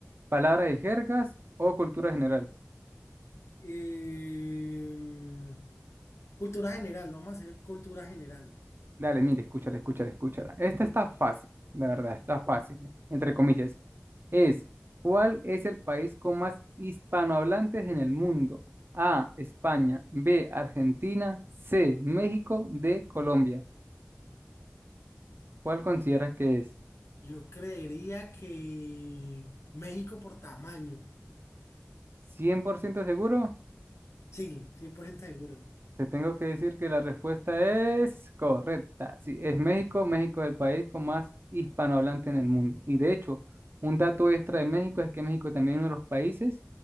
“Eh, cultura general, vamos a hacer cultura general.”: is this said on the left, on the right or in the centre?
Left